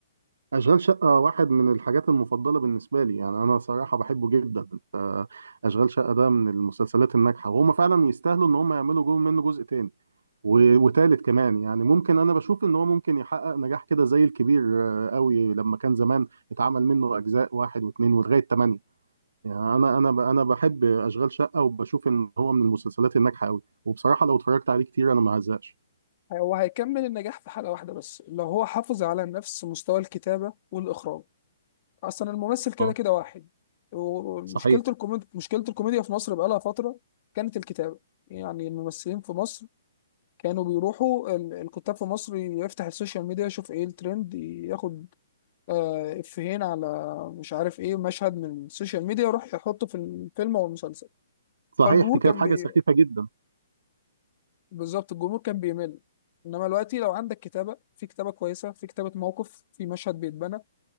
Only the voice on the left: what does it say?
هو هيكمل النجاح في حلقة واحدة بس لو هو حافظ على نفس مستوى الكتابة والإخراج أصلا الممثل كده
كده واحد ومشكلة
الكوميديا مشكلة الكوميديا في مصر بقالها فترة كانت الكتابة يعني الممثلين في مصر كانوا بيروحوا ال- الكتاب في مصر يفتح السوشيال ميديا يشوف ايه الترند ياخد آه، افيهين على مش عارف ايه مشهد من السوشيال ميديا يروح يحطه في الفيلم او المسلسل
فالجمهور
كان
بي...
بالظبط الجمهور كان بيمل انما دلوقتي لو عندك كتابة في كتابة كويسة في كتابة موقف في مشهد بيتبنى